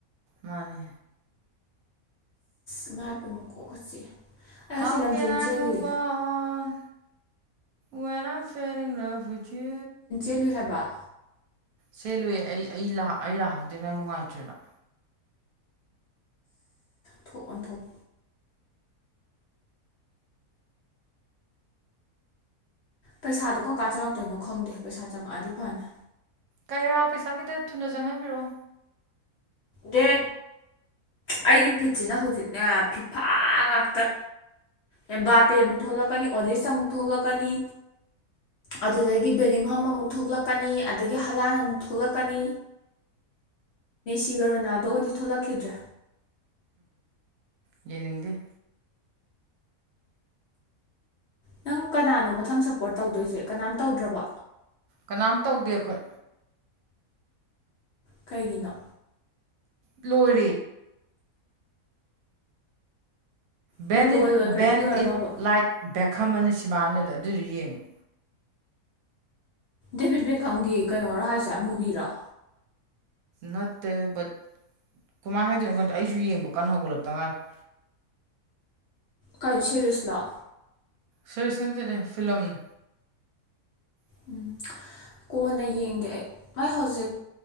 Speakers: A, on the right; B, on the left.
A: ꯃꯥꯅꯦ
B: ꯏꯃꯥꯏ ꯄꯦꯝꯃ ꯀꫭꯛꯀ ꯆꯤꯛꯑꯦ ꯑꯩ
A: ꯍꯥꯎ
B: ꯉꯁꯤ ꯂꯝꯖꯦꯟ
A: ꯀꯦꯅ ꯑꯥꯏ
B: ꯆꯦꯜꯂꯨꯏ
A: ꯃꯨꯚ ꯑꯣꯟ ꯋꯦꯟ ꯑꯥꯏ ꯃꯤꯂꯤꯡ ꯂꯞ ꯕꫭꯏꯆꯨ
B: ꯀꯜꯂꯨ ꯍꯦꯕ
A: ꯁꯦꯂꯨꯑꯦ ꯑꯩ ꯂ ꯑꯩ ꯂꯥꯛꯍꯧꯗꯦ ꯅꯪ ꯅꯨꯡꯉꯥꯏꯇ꯭ꯔꯤꯔꫭ
B: ꯊꯣꯛ ꯑꯣꯟꯊꯣꯛ ꯄꯩꯁꯥꯗꯣ ꯀꯝ ꯀꯥꯟ ꯆꯪꯉꯛꯇꯣꯏꯅꯣ ꯈꯪꯗꯦ ꯄꯩꯁꯥ ꯆꯪꯉꯛꯑꯗꯤ ꯐꯅꯤ
A: ꯀꯩꯔꯥ ꯄꯩꯁꯥ ꯈꯤꯠꯇ ꯊꯨꯅ ꯆꯪꯍꯟꯕꯤꯔꯛꯑꯣ
B: ꯗꯦꯠ ꯑꯩꯒꯤ ꯐꯤꯠꯁꯤꯅ ꯍꯧꯖꯤꯛꯅꯦ ꯐꯤꯐꯥ ꯉꯥꯛꯇ ꯑꯦꯝꯕꯥꯄꯦ ꯑꯃꯨꯛ ꯊꯣꯛꯂꯛꯀꯅꯤ ꯑꯣꯂꯤꯁ ꯑꯃꯨꯛ ꯊꯣꯛꯂꯛꯀꯅꯤ ꯑꯗꯨꯗꯒꯤ ꯕꯦꯂꯤꯡꯍꯝ ꯑꯃꯨꯛ ꯊꯣꯛꯂꯛꯀꯅꯤ ꯑꯗꯨꯗꯒꯤ ꯍꯂꯥꯟ ꯑꯃꯨꯛ ꯊꯣꯛꯂꯛꯀꯅꯤ ꯀꯤꯒ ꯔꯣꯅꯥꯜꯗꯣꯒꯗꯤ ꯊꯣꯛꯂꯛꯈꯤꯗ꯭ꯔꯦ
A: ꯌꯦꯅꯤꯡꯗꯦ
B: ꯅꯪ ꯀꯅꯥꯅꯣ ꯃꯊꯪ ꯁꯞꯄꯣꯔꯠ ꯇꯧꯗꯣꯏꯁꯦ ꯀꯅꯥꯝ ꯇꯧꯗ꯭ꯔꯕ
A: ꯀꯅꯥꯝ ꯇꯧꯗꯦ ꯑꯩꯈꯣꯏ
B: ꯀꯩꯒꯤꯅꯣ
A: ꯂꯣꯏꯔꯦ ꯕꯦꯟ
B: ꯄꯣꯔꯇꯨꯒꯜ
A: ꯏꯠ
B: ꯑꯣꯏꯈ꯭ꯔꯗꯤ
A: ꯕꯦꯟ
B: ꯂꯣꯏꯔꯕꯕ
A: ꯏꯠ ꯂꯥꯏꯠ ꯕꯦꯛꯈꯝ ꯑꯅ ꯁꯤꯃꯅꯗꯣ ꯑꯗꯨꯏꯗꯨ ꯌꯦꯡꯉꯨ
B: ꯗꯦꯕꯤꯠ ꯕꯦꯀꯝꯒꯤ ꯀꯩꯅꯣꯔꯣ ꯍꯥꯏꯁꯦ ꯃꯨꯕꯤꯔꯣ
A: ꯅꯠꯇꯦ ꯕꯠ ꯀꯃꯥꯏꯅ ꯍꯥꯏꯗꯣꯏꯅꯣ ꯈꯟꯗ ꯑꯩꯁꯨ ꯌꯦꯡꯕ ꯀꯟꯅ ꯍꯧꯒꯠꯂꯛꯇ ꯉꯥꯏꯔ
B: ꯀꯩ ꯁꯦꯔꯤꯁꯂꫭ
A: ꯁꯦꯔꯤꯁ ꯅꯠꯇꯦꯗ ꯐꯤꯂꯝꯅꯦ <unintelligible>
B: ꯎꯝ
A: <inaudible>
B: ꯀꯣꯟꯅ ꯌꯦꯡꯒꯦ ꯑꯩ ꯅꯣꯏ ꯍꯧꯖꯤꯛ